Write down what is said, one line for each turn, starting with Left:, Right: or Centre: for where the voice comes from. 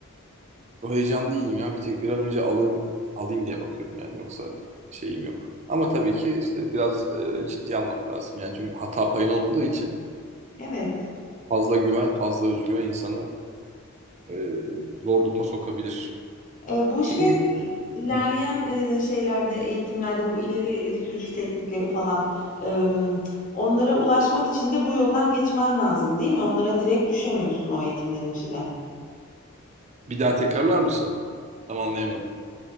Right: O heyecanlı değilim ya. Bir tek bir an önce alayım alayım diye bakıyorum yani yoksa şeyim yok. Ama tabii ki işte biraz e, ciddi almak lazım. Yani çünkü hata payın olmadığı için
Left: Evet.
Right: fazla güven, fazla özgüven insanı e, zor duruma sokabilir.
Left: E, bu
Right: Senin
Left: şey ilerleyen
Right: Hı.
Left: e, şeylerde, eğitimlerde bu ileri e, sürüş teknikleri falan e, onlara ulaşmak için de bu yoldan geçmen lazım, değil mi? Onlara direkt düşemiyorsun o eğitimlerin içine.
Right: bir daha tekrarlar mısın? Tam anlayamadım.